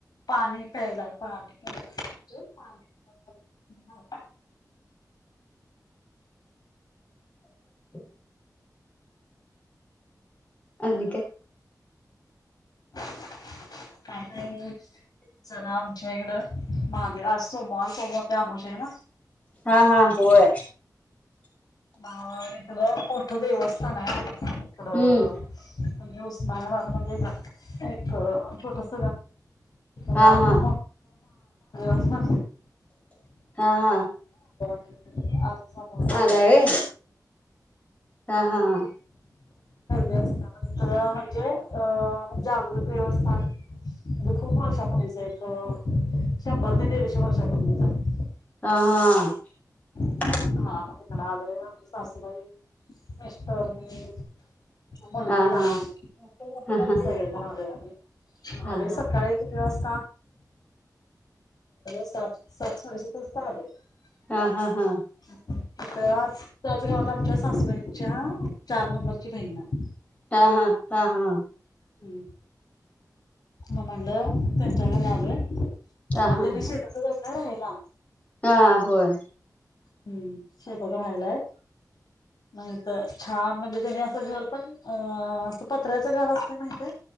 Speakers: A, on the left; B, on the left.
A: पाणी प्यायला <unintelligible>
B: <inaudible> आणि काय.
A: काय नाही. नाही ओ. जरा आमच्याईकड <inaudible> ते आज सोमवार सोमवार अमावस्या आहे ना.
B: हा हा होय
A: अ इकडं मोठं देवस्थान आहे. इकडं
B: हम्म
A: म्हणजे उस्मानाबाद मध्ये. एक छोटस गाव
B: हा
A: आहे
B: हा
A: <inaudible> <inaudible>
B: हा हा
A: <inaudible> <inaudible> <inaudible> संपूर्णग
B: आलाय व्हय हा हा हा
A: अस इथ म्हणजे अ जागृत देवस्थान म्हणजे खूप वर्षापूर्वीच एक शंभर ते दीडशे वर्षापूर्वीच <unintelligible>
B: हा हा.
A: हा माज पण आलं. आमचे सासूबाई मिस्टर मी. मुलगी
B: हा हा
A: लहान
B: हा हा
A: सगळे पण आलोय आम्ही.
B: हा
A: आलोय सकाळी किती वाज सात साडे सात वाजता आलोय. <inaudible>
B: हा हा हा हा हा
A: त्याच गावत आमच्या सासूबाईंच्या चार नंबरची बहीण हाय.
B: हा हा हा हा.
A: हम्म मग म्हणलं त्यांच्या घरी आलोय.
B: हा
A: मग
B: हा
A: त्यांनी शेतात रहायला.
B: हा होय
A: हम्म. शेतात रहायला आहेत. नाही तर छान म्हणजे त्याने असं घर पण अ असं पत्र्याचं घर असत माहित